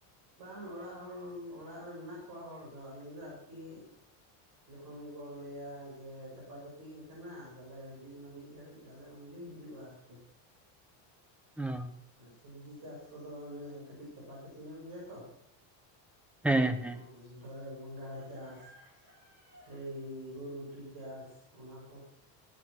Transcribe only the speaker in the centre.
ᱚ
ᱦᱮᱸ
ᱦᱮᱸ